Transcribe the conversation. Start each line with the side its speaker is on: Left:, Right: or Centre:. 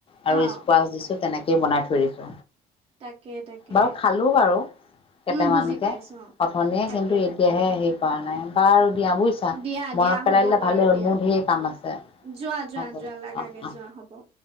Left: আৰু
Right: অ',
Left: স্পচ দিছো তেনেকেই বনাই থৈ দিছো।
Right: তাকে তাকে
Left: বাৰু খালো বাৰু কেইটামানকে
Right: উম, বুজি পাইছো অ',
Left: উঠনিয়ে
Right: তাকে
Left: কিন্তু
Right: তাকে।
Left: এতিয়াহে হেৰি কৰা নাই বাৰু দিয়া বুজিছা
Right: দিয়া
Left: মনত
Right: দিয়া
Left: পেলাই
Right: হ'ব
Left: দিলে
Right: বাৰু
Left: ভালেই হ'ল
Right: দিয়া
Left: মোৰ ঢেৰ কাম আছে
Right: যোৱা যোৱা
Left: হ'ব
Right: যোৱা
Left: দে
Right: লাগাগে
Left: অ অ।
Right: যোৱা হ'ব।